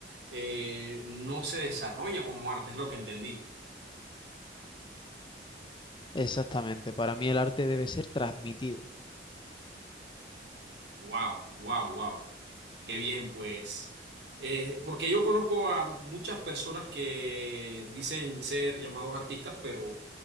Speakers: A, on the right (about 70°); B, on the left (about 25°).
A: eh, no se desarrolla como arte, es lo que entendí.
B: Exactamente, para mí el arte debe ser transmitido,
A: Wow, wow, wow. Qué bien, pues. Eh, porque yo conozco a muchas personas que dicen ser llamados artistas, pero